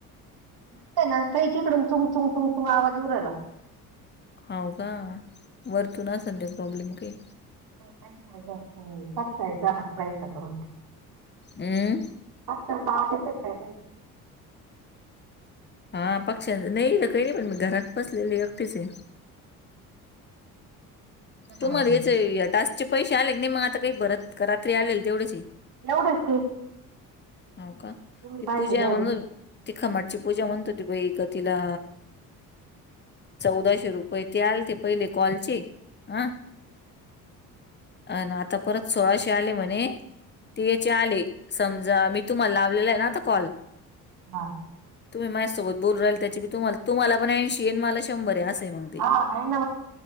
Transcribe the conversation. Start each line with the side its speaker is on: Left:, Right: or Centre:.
Right: न ना काही तिकडून चुन चुंग चुंग चुंग आवाज येवू राहिला.
Left: हाव का? वरतून आसल प्रॉब्लेम काही.
Right: पैस ह पक्ष आयता पैसता होतेते
Left: हमं
Right: आता आवाज येतोय काय नाही
Left: हा पक्षां नाही काही नाही पण मी घरात बसलेले एकटीच आहे
Right: कसा
Left: तू म्हणाला
Right: आवाज येतो
Left: याचे टास्क चे पैसे आले का नाही म आता काही परत का रात्री आलेल तेवढेच ये
Right: एवढेच ते.
Left: हो का.
Right: तुम्ही
Left: ती
Right: पाहिले
Left: पूजा
Right: तेवढेच
Left: म्हण ती कमाटची पूजा म्हणत होती वैग तिला. चौदाशे रुपये ते आले ते पहिले कॉलचे हं. आणि आता परत सोळाशे आले म्हणे. ती याचे आले. समजा मी तुम्हाला लावलेला आहे ना आता कॉल.
Right: हा
Left: तुम्ही माझ्यासोबत बोल राहिल त्याची तुम्हाला तुम्हाला पण ऐंशी मला शंभर आहे असं आहे मग ते.
Right: हा आहे